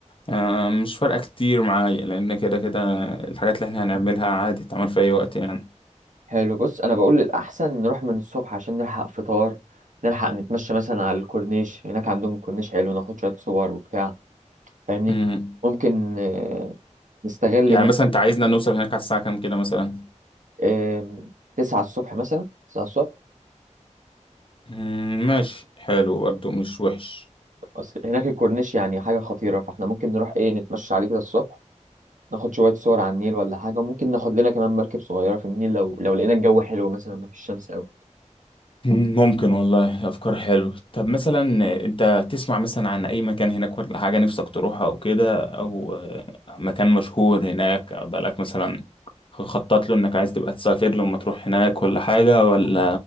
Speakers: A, on the left (about 45°); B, on the right (about 85°).
A: آه، مش فارقة كتير معايا لان كده كده الحاجات اللي احنا هنعملها عادي تعمل في اي وقت يعني
B: حلو بص انا بقول الاحسن نروح من الصبح عشان نلحق فطار نلحق نتمشى مثلا على الكورنيش هناك عندهم كورنيش حلو ناخد شوية صور وبتاع فاهمني
A: مم.
B: ممكن آه، نستغل
A: يعني
B: ان
A: مثلا انت عايزنا نوصل هناك على الساعة كام كده مثلا
B: آه، 9 الصبح مثلا 9 الصبح
A: مم، ماشي حلو برضه مش وحش
B: أصل هناك الكورنيش يعني حاجة خطيرة فاحنا ممكن نروح ايه نتمشى عليه كده الصبح ناخد شوية صور على النيل ولا حاجة وممكن ناخد لنا كمان مركب صغيرة في النيل لو لو لقينا الجو حلو مثلا ما فيش شمس قوي
A: ممكن والله أفكار حلوة طب مثلا أنت تسمع مثلا عن أي مكان هناك ولا حاجة نفسك تروحها أو كده أو آه، مكان مشهور هناك أو بقالك مثلا خطط له إنك عايز تبقى تسافر له لما تروح هناك ولا حاجة ولا